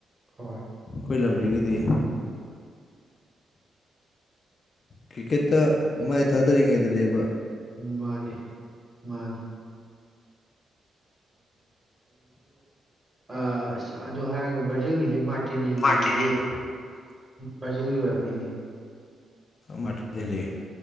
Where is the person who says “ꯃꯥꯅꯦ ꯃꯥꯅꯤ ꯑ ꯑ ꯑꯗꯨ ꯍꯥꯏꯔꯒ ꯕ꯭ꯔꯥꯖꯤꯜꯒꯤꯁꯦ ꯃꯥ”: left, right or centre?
Right